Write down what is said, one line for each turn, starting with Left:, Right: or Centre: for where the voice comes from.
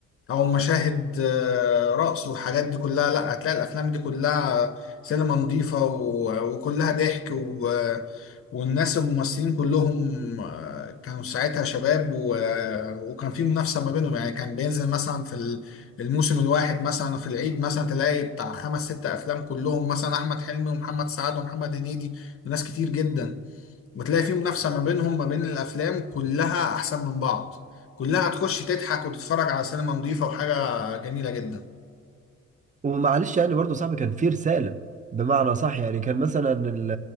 Left: او مشاهد آه، رقص والحاجات دي كلها لا هتلاقي الافلام دي كلها سينما نظيفه و- وكلها ضحك و- والناس الممثلين كلهم آه، كانوا ساعتها شباب و- آه، وكان في منافسه ما بينهم يعني كان بينزل مثلا في ال- الموسم الواحد مثلا في العيد مثلا تلاقي بتاع خمس ست افلام كلهم مثلا احمد حلمي ومحمد سعد ومحمد هنيدي وناس كتير جدا وتلاقي في منافسة ما بينهم ما بين الأفلام كلها أحسن من بعض كلها هتخش تضحك وتتفرج على سينما نظيفة وحاجة جميلة جدا
Right: ومعلش يعني برضه صاحبي كان فيه رسالة بمعنى صح يعني كان مثلا ال-